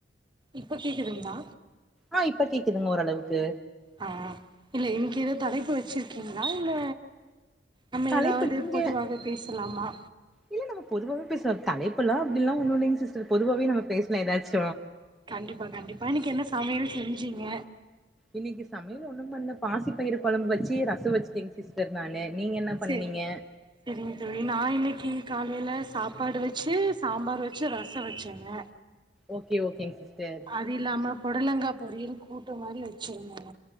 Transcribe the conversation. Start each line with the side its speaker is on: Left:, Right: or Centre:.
Right: இப்ப கேக்குதுங்களா
Centre: ஆ இப்ப கேக்குதுங்க ஓரளவுக்கு
Right: ஆ இல்ல இனைக்கு ஏதோ தலைப்பு வச்சிருக்கீங்களா இல்ல நம்ம
Centre: தலைப்பு
Right: ஏதாவது
Centre: நீங்க
Right: பொதுவாக பேசலாமா
Centre: இல்ல நம்ம பொதுவாவே பேசலா தலைப் ல் அப்படிலா ஒன்னு இல்லைங் சிஸ்டர் பொதுவாவே நம்ம பேசலா ஏதாச்சு
Right: கண்டிப்பா கண்டிப்பா இன்னைக்கு என்ன சமையல் செஞ்சிங்க
Centre: இன்னைக்கு சமையல் ஒண்ணு பண்ணல பாசி பயிரு கொழம்பு வச்சு ரச வச்சுட்டேங்க சிஸ்டர் நானு நீங்க என்ன பண்ணுனீங்க
Right: சரி சேரிங்க தோழி நா இன்னைக்கு காலையில சாப்பாடு வச்சு சாம்பார் வச்சு ரசம் வச்சேங்க
Centre: ஓகே ஓகேங்க சிஸ்டர்
Right: அது இல்லாம புடலங்கா பொரியல் கூட்டு மாரி வச்சிருந்தேங்